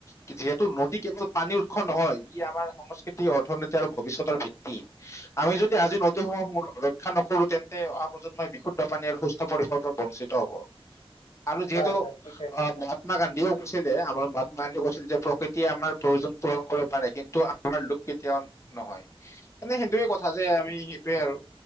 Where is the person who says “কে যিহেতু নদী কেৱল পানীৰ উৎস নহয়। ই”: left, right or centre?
Left